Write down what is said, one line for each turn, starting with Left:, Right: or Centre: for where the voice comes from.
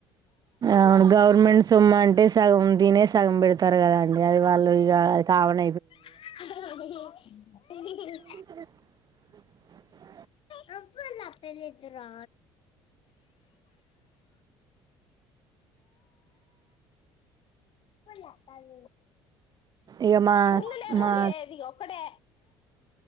Right: అవును గవర్నమెంట్ సొమ్మ అంటే సగం తీనే సగం పెడతారు కదాండి అది వాళ్ళు తావన
Left: ఉమ్
Right: ఆ
Left: రబ నా పెళ్లితు రా నప్పాల
Right: ఇక మా
Left: పుల్లు లేదు
Right: మా
Left: ఇది ఒక్కటే